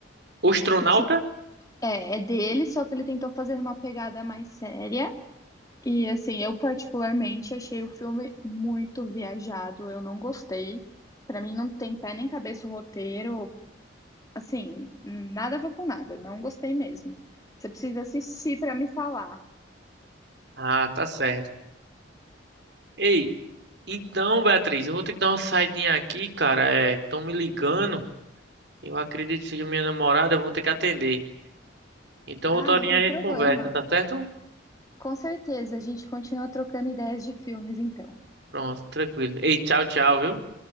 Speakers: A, on the right (about 55°); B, on the left (about 15°).
A: O Astronauta?
B: E que é, é dele, só que ele tentou fazer uma pegada mais séria. E assim, eu particularmente achei o filme muito viajado, eu não gostei. Pra mim não tem pé nem cabeça o roteiro, assim, nada a ver com nada, não gostei mesmo. Você precisa assistir pra me falar.
A: Ah, tá certo. Ei. Então, Beatriz, eu vou ter que dar uma saidinha aqui, cara. É, estão me ligando. Eu acredito que seja minha namorada, eu vou ter que atender. Então,
B: Ah,
A: outra horinha
B: não tem
A: a gente
B: problema.
A: conversa, tá certo?
B: Com certeza, a gente continua trocando ideias de filmes, então.
A: Pronto, tranquilo. Ei, tchau, tchau, viu?